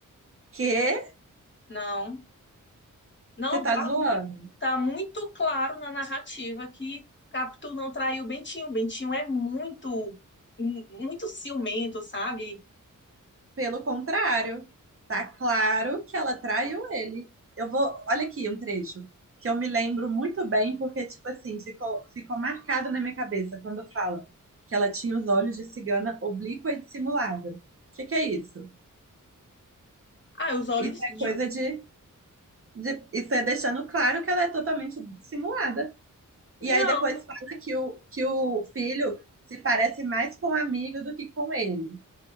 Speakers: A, on the right; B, on the left.
A: Que?
B: Não, não,
A: Você tá
B: tá
A: zoando?
B: muito, tá muito claro na narrativa que Capitu não traiu o Bentinho. Bentinho é muito, mu- muito ciumento, sabe?
A: Pelo contrário, tá claro que ela traiu ele. Eu vou, olha aqui um trecho que eu me lembro muito bem, porque, tipo assim, ficou, ficou marcado na minha cabeça quando fala que ela tinha os olhos de cigana oblíqua e dissimulada. O que que é isso?
B: Ah, os olhos
A: Isso é
B: de-
A: coisa de, de- Isso é deixando claro que ela é totalmente dissimulada. E
B: Não,
A: aí depois fala que o, que o filho se parece mais com o amigo do que com ele.